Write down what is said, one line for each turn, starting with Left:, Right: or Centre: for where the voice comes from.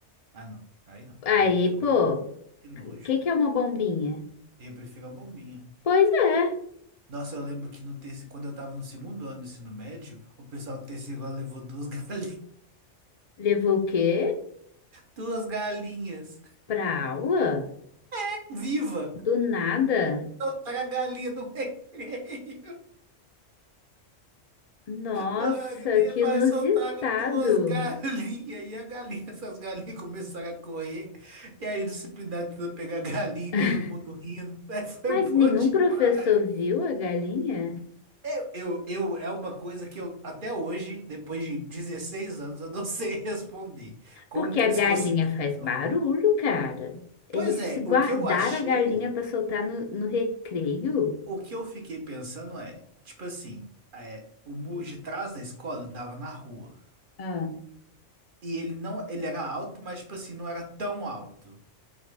Right: Ah, não. Aí não, credo,
Left: Aí,
Right: que horror.
Left: pô,
Right: Que nojo.
Left: o que que é uma bombinha?
Right: Eu prefiro a bombinha.
Left: Pois é.
Right: Nossa, eu lembro que no terceiro, quando eu tava no segundo ano do ensino médio, o pessoal do terceiro ano levou duas <laughs> galinhas.
Left: Levou o quê?
Right: Duas galinhas.
Left: Pra aula?
Right: <laughs> Viva!
Left: Do nada?
Right: Soltaram a galinha no <laughs> recreio.
Left: Nossa,
Right: Dourado e
Left: que
Right: vai
Left: inusitado.
Right: soltaram duas galinhas e a galinha, essas galinhas começaram a correr. E aí o disciplinado tentou pegar a galinha,
Left: <laughs>
Right: e todo mundo rindo. <laughs> Mas foi
Left: Mas
Right: bom
Left: nenhum
Right: demais.
Left: professor viu a galinha?
Right: Eu, eu, eu, é uma coisa que eu, até hoje, depois de 16 anos, eu não <laughs> sei responder. Como
Left: Porque
Right: que
Left: a
Right: eles
Left: galinha
Right: conseguiram?
Left: faz barulho, cara. Eles
Right: Pois é,
Left: se guardaram
Right: o que eu achei,
Left: a galinha para soltar no, no recreio?
Right: o que eu fiquei pensando é, tipo assim, é, o muro de trás da escola dava na rua.
Left: Ah.
Right: E ele não, ele era alto, mas tipo assim, não era tão alto.